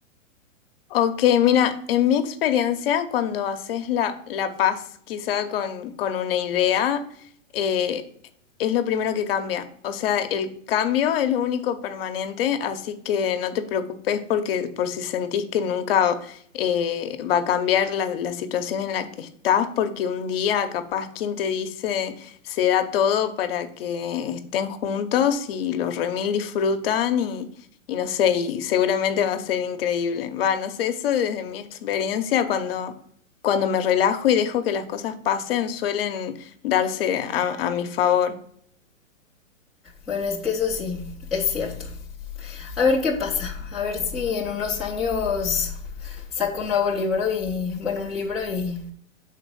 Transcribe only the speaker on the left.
Ok, mira, en mi experiencia, cuando haces la, la paz quizá con, con una idea, eh, es lo primero que cambia. O sea, el cambio es lo único permanente, así que no te preocupes porque por si sentís que nunca eh, va a cambiar la, la situación en la que estás, porque un día capaz quien te dice se da todo para que estén juntos y los remil disfrutan y y no sé, y seguramente va a ser increíble. Va, no sé, eso desde mi experiencia, cuando, cuando me relajo y dejo que las cosas pasen, suelen darse a, a mi favor.